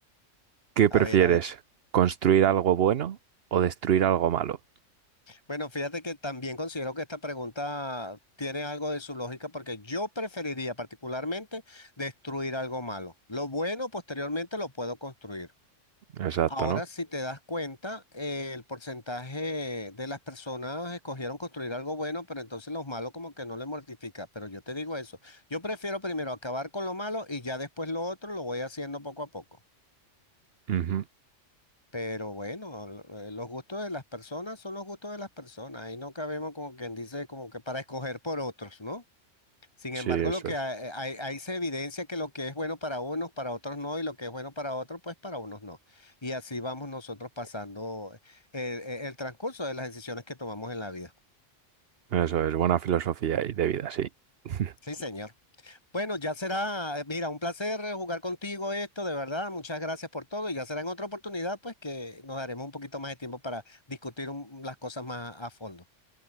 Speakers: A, on the right (about 55°); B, on the left (about 20°).
A: ¿Qué prefieres?
B: A ver, a ver.
A: ¿Construir algo bueno o destruir algo malo?
B: Bueno, fíjate que también considero que esta pregunta tiene algo de su lógica porque yo preferiría particularmente destruir algo malo. Lo bueno posteriormente lo puedo construir.
A: Exacto,
B: Ahora,
A: ¿no?
B: si te das cuenta, eh, el porcentaje de las personas escogieron construir algo bueno, pero entonces los malos como que no le mortifica. Pero yo te digo eso, yo prefiero primero acabar con lo malo y ya después lo otro lo voy haciendo poco a poco.
A: Ujú.
B: Pero bueno, eh, los gustos de las personas son los gustos de las personas. Ahí no cabemos como quien dice, como que para escoger por otros, ¿no? Sin
A: Sí,
B: embargo,
A: eso
B: lo que
A: es.
B: hay, hay- ahí se evidencia que lo que es bueno para unos, para otros no, y lo que es bueno para otros, pues para unos no. Y así vamos nosotros pasando el, el- el transcurso de las decisiones que tomamos en la vida.
A: Eso es, buena filosofía y de vida, sí. <laughs>
B: Sí, señor. Bueno, ya será, eh, mira, un placer eh, jugar contigo esto, de verdad. Muchas gracias por todo y ya será en otra oportunidad, pues que nos daremos un poquito más de tiempo para discutir un- las cosas más a fondo.